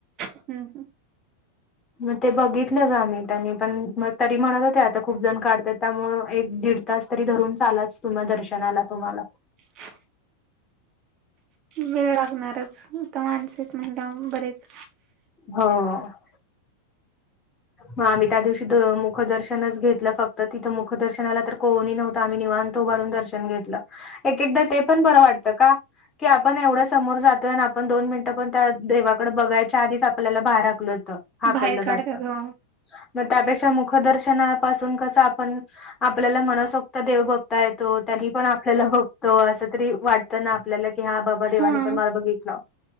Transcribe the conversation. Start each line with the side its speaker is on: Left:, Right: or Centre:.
Right: हम् हम
Left: मग ते बघितलं ग मी त्यांनी पण मग तरी म्हणत होते आता खूप जण काढते त्यामुळ एक दीड तास तरी धरून चालाच तुम दर्शनाला तुम्हाला
Right: ह वेळ लागणारच आता माणसच महिला बरेच
Left: होा ह आम्ही त्या दिवशी मुखदर्शनच घेतलं फक्त तिथं मुखदर्शनाला तर कोही नव्हतं आम्ही निवाणतो उभारून दर्शन घेतलं एक एकदा ते पण बरं वाटतं का की आपण एवढं समोर जातोय आणि आपण दोन मिनिटं पण त्या देवाकडे बघायच्या आधीच आपल्याला बाहेर आकल होतं हाकलं
Right: बाहेर काढतात
Left: जात
Right: हो
Left: मग त्यापेक्षा मुखदर्शनापासून कसं आपण आपल्याला मनसोक्त देवभत येतो त्यांनी पण आपल्याला बघतो अस तरी वाट ना आपल्याला की हा बाबा
Right: हा
Left: देवानी पण मार बगघेतला